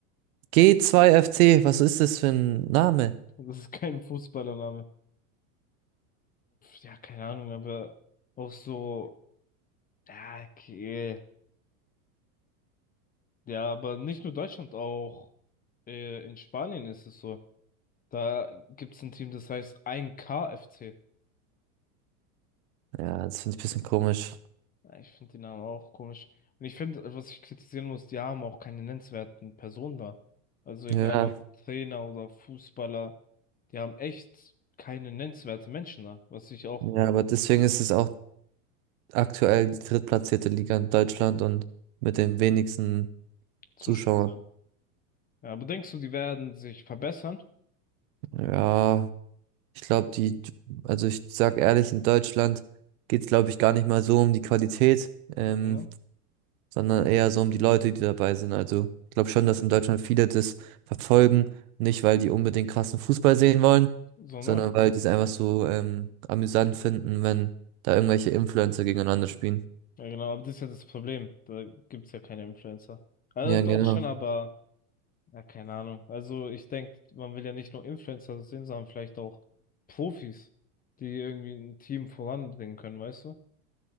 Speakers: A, on the right; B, on the left.
A: G2FC, was ist das für ein Name?
B: Das ist kein Fußballername. Ja, keine Ahnung, aber auch so. Ja, okay. Ja, aber nicht nur Deutschland, auch äh, in Spanien ist es so. Da gibt es ein Team, das heißt eins K F C.
A: Ja, das finde ich ein bisschen komisch.
B: Ja, Ich finde die Namen auch komisch. Und ich finde, was ich kritisieren muss, die haben auch keine nennenswerten Personen da. Also egal
A: Ja,
B: Mhm. ob Trainer oder Fußballer, die haben echt keine nennenswerten Menschen da, was ich auch
A: ja, aber deswegen ist es auch aktuell die drittplatzierte Liga in Deutschland und mit den wenigsten
B: zuschaut
A: Zuschauern.
B: sein. Ja, aber denkst du, die werden sich verbessern?
A: Ja, ich glaube, die, also ich sag ehrlich, in Deutschland geht's glaube ich, gar nicht mal so um die Qualität. Ähm,
B: Sondern,
A: sondern eher so um die Leute, die dabei sind. Also ich glaube schon, dass in Deutschland viele das verfolgen, nicht weil die unbedingt krassen Fußball sehen wollen,
B: sondern,
A: sondern weil die es einfach so ähm, amüsant finden, wenn da irgendwelche Influencer gegeneinander spielen.
B: ja genau, aber das ist ja das Problem. Da gibt's ja keine Influencer. Äh,
A: Ja,
B: Mhm.
A: genau.
B: doch schon, aber. Ja, keine Ahnung. Also ich denke, man will ja nicht nur Influencer sehen, sondern vielleicht auch Profis, die irgendwie ein Team voranbringen können, weißt du?